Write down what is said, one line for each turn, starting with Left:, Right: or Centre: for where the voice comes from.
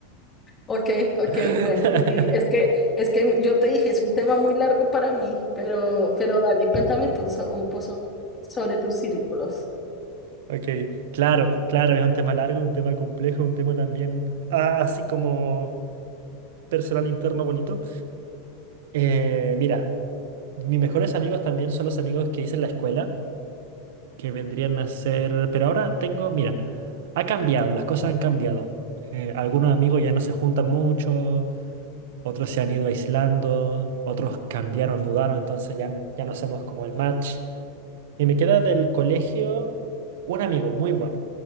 Left: Ok, ok,
Right: <laughs>
Left: bueno, sí, es que, es que yo te dije, es un tema muy largo para mí, pero, pero dale, cuéntame tú so- un poco sobre, sobre tus círculos.
Right: Ok, claro, claro, es un tema largo, un tema complejo, un tema también ah, así como personal interno bonito. Eh, mira, mis mejores amigos también son los amigos que hice en la escuela, que vendrían a ser... Pero ahora tengo, mira, ha cambiado, las cosas han cambiado. Eh, algunos amigos ya no se juntan mucho, otros se han ido aislando, otros cambiaron, mudaron, entonces ya, n- ya no hacemos como el match. Y me queda del colegio un amigo muy bueno,